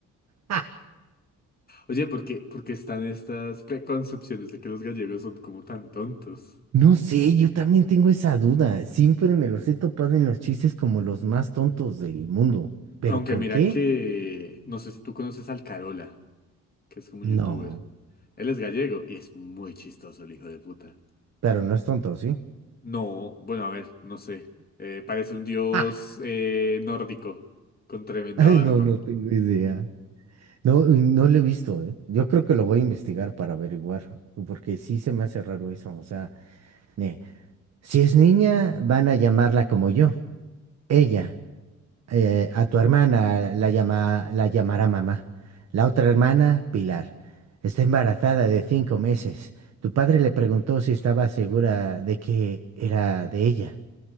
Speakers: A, on the right; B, on the left.
A: ¡Ah!
B: Oye, ¿por qué, por qué están estas preconcepciones de que los gallegos son como tan tontos?
A: No sé, yo también tengo esa duda. Siempre me los he topado en los chistes como los más tontos del mundo. ¿Pero
B: Aunque
A: por
B: mira
A: qué?
B: que... No sé si tú conoces al Carola, que es como un
A: No.
B: youtuber. Él es gallego y es muy chistoso el hijo de puta.
A: Pero no es tonto, ¿sí?
B: No, bueno, a ver, no sé. Eh, parece un dios
A: <laughs>
B: eh, nórdico con tremenda
A: Ay,
B: barba.
A: no, no tengo idea. No, no lo he visto, ¿eh? Yo creo que lo voy a investigar para averiguar, porque sí se me hace raro eso. O sea, ne- si es niña, van a llamarla como yo. Ella, eh, a tu hermana la llama, la llamará mamá. La otra hermana, Pilar. Está embarazada de cinco meses. Tu padre le preguntó si estaba segura de que era de ella.